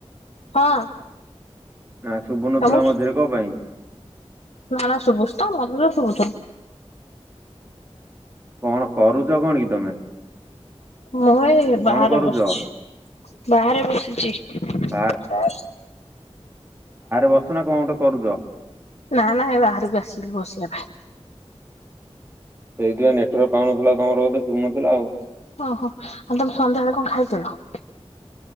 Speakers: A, on the left (about 80°); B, on the right (about 20°).
A: ହଁ,।
B: ନା ଶୁଭୁ ନଥିଲା
A: ତମକୁ
B: ମଝିରେ କଁ ପାଇଁ।
A: ନା ସୁୁଭୁଚିତ ମତେ ଶୁଭୁତ
B: କଣ କରୁଚ କଣ କି ତମେ
A: ମୁଁ ଏଇ
B: କଣ
A: ବାହାରେ
B: କରୁଛ?
A: ବସିଛି ବାହାରେ ବସିଚି
B: ବାହାର
A: <unintelligible>
B: ବସିଛ ନା କଣ ଗୋଟେ କରୁଛ?
A: ନା ନା ବାହାରକୁ ଆସିଲି ବସିବା ପାଇଁ
B: ସେଇଥିପାଇଁ ନେଟୱାର୍କ ପାଉନଥିଲା ତମର ବୋଧେ ଶୁଭୁନଥିଲା ଆଉ
A: ଓହୋ ଆଉ ତମେ ସନ୍ଧ୍ୟାବେଳେ କଣ ଖାଇଥିଲ?